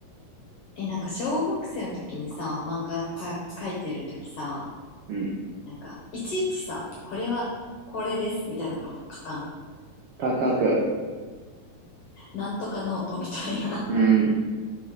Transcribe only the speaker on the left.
え、なんか小学生の時にさ、漫画か書いてる時さ、
なんか、いちいちさ、これは、これです、みたいなこと書かん。
なんとかノートみたいな。